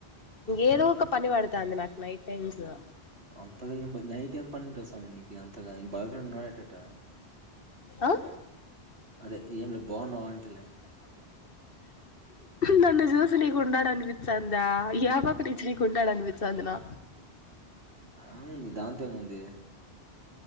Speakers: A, on the left; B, on the right.
A: ఏదో ఒక పని పడతాది నాకు నైట్ టైమ్స్ లో
B: అంతగా ఏం నైట్ ఏం పనింట స్వామి నీకు అంతగా న బాయ్ ఫ్రెండ్ ఉన్నాట్టట
A: ఆ
B: అదే ఏం లే బాగున్నావు అంటలే
A: నన్ను చూసి నీకుండాడానికి వి చాందా యా పచ్చకి కొంటాడా వి చాందినా
B: ఏముంది దాంతో ఏముంది